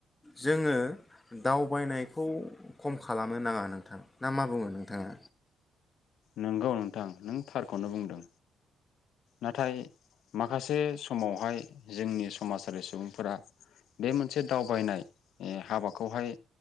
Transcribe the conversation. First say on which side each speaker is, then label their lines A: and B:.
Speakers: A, on the left; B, on the left.
A: जोङो दावबायनायखौ खम खालामनो नाङा नोंथां ना मा बुङो नोंथाङा?
B: नंगौ नोंथां नों थारखौनो बुंदों नाथाय माखासे समावहाय जोंनि समाजारि सुबुंफोरा बे मोनसे दावबायनाय हाबाखौहाय